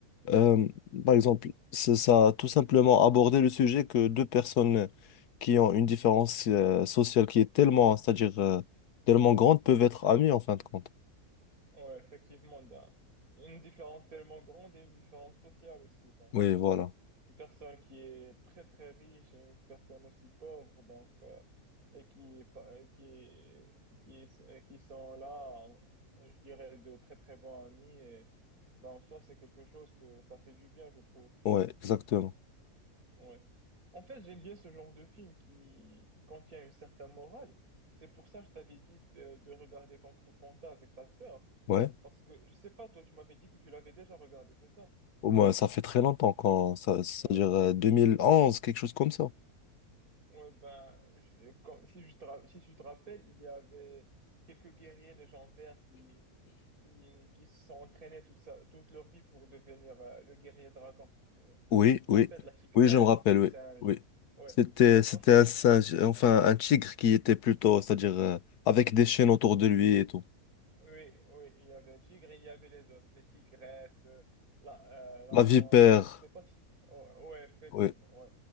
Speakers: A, on the left; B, on the right.
A: Euh, par exemple, ça ça tout simplement aborder le sujet que deux personnes qui ont une différence euh, sociale qui est tellement, c'est-à-dire euh, tellement grande, peuvent être amies en fin de compte.
B: Ouais, effectivement, d'un- une différence tellement grande et une différence sociale aussi. Donc,
A: Oui,
B: euh,
A: voilà.
B: une personne qui est très, très riche et une personne aussi pauvre, donc, euh, et qui, pa- qui, qui, qui sont là, je dirais, de très, très bons amis. Et ben, en soi, c'est quelque chose que ça fait du bien, je trouve.
A: Ouais, exactement.
B: Ouais. En fait, j'aime bien ce genre de film qui, qui contient une certaine morale. C'est pour ça que je t'avais dit de, de regarder Kung Fu Panda avec ta sœur.
A: Ouais.
B: Parce que, je sais pas, toi, tu m'avais dit que tu l'avais déjà regardé, c'est ça?
A: Au moins, ça fait très longtemps quand, ça, c'est-à-dire
B: Ouais.
A: euh, 2011, quelque chose comme ça.
B: Ouais, ben, je- quand- si je te, ra- si tu te rappelles, il y avait quelques guerriers légendaires qui, qui, qui se sont entraînés toute, sa- toute leur vie pour devenir euh, le guerrier dragon. Ouais.
A: Oui,
B: Tu te
A: oui.
B: rappelles de la tigresse,
A: Oui, je me rappelle,
B: du
A: oui.
B: singe.
A: Oui.
B: Ouais.
A: C'était,
B: En
A: c'était
B: fait,
A: un singe, enfin, un tigre qui était plutôt, c'est-à-dire euh, avec des chaînes autour de lui et tout.
B: Oui, oui, il y avait un tigre, il y avait les autres, les tigresses, le- la, euh, la
A: La
B: menthe,
A: vipère.
B: je sais pas si... Ouais, ouais, effectivement,
A: Oui,
B: ouais.